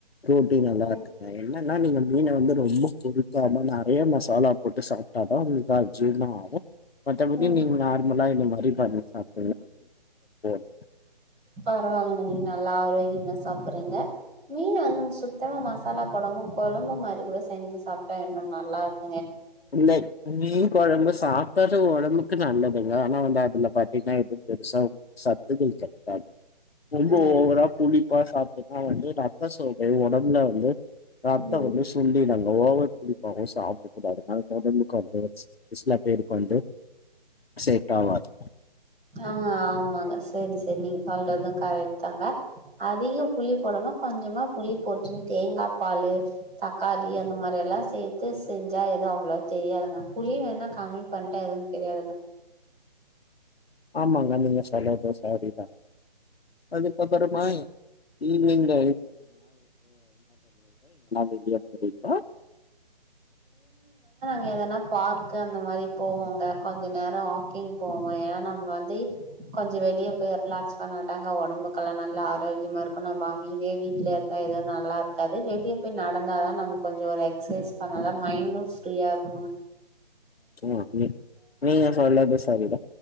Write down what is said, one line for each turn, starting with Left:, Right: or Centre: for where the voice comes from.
Left: ப்ரோட்டின் எல்லா
Right: ம்
Left: இருக்குங்க என்னன்னா நீங்க மீன வந்து ரொம்ப பொறிக்காம நறைய மசாலா போட்டு சாப்ட்டாதா உங்ளுக் அஜிரணோ ஆ ஹலோ மத்தபடி
Right: ம்
Left: நீங் நார்மலா என்ன மாரி பண்ணி சாப் <unintelligible> <unintelligible>
Right: பரவாலங்க நீங் நல்லா ஆரோக்கிமா சாப்பறீங்க மீன் <unintelligible> சுத்தமா மசாலா போடம கொழம்பு மாரி கூட செஞ்சு சாப்ட்டா இன்னு நல்லாருக்
Left: இல்லை மீன் கொழம்பு சாப்டது ஒடம்பு க்கு நல்லதுங்க ஆனா வந்து அதுல பாத்தீங்ன்னா எதுவு பெருசா ஒன்னு சத்துகள் கெடைக்காது ரொம்ப
Right: ம்
Left: ஓவரா புளிப்பா சாப்ட்டுதா வந்து <unintelligible> ஒடம்ப்ல வந்து ரத்தோ
Right: ம்
Left: வந்து சுண்டி <inaudible> ஓவர் புளிப்பாவு சாப்டக்கூடாது <unintelligible> ஒடம்புக் வந்து சி சில பேருக் வந்து செட் ஆவாது
Right: அ ஆமாங்க செரி செரி நீங் சொல்றது கரெக்ட் தாங்க அதிக புளி போடமா கொஞ்சமா புளி போட்டுன் தேங்கா பாலு தக்காளி அந்த மாரி எல்லா சேத்து செஞ்சா எதுவ் அவ்ளோ தெரியாதுங்க புளி வேணா கம்மி பண்ட்டா எது தெரியாதுங்க.
Left: ஆமாங்க நீங்க சொல்லற்து சரிதா அதுக்கப்பறமாயி <unintelligible> <unintelligible> எங்கன வெளிய போறிங்ளா
Right: க எதனா பார்க்கு அந்த மாரி போவோங்க கொஞ்ச நேரோ வாக்கிங் போவோ. ஏன்னா நம்ம வந்து கொஞ்சோ வெளியே போய் ரிலாக்ஸ் பண்ணாதாங்க ஒடம்புக்கெல்லா நல்லா ஆரோக்கிமா இருக்கு நம்ம அமைதிய வீட்ல இர்ந்தா எதுவு நல்லா இருக்காது வெளிய போய் நடந்தாதா நம் கொஞ்சோ ஒரு எக்சைஸ் பண்ணாதா மைண்டு ஃப்ரீயா இருக்கு
Left: அ நீ நீங்க சொல்றது சரிதா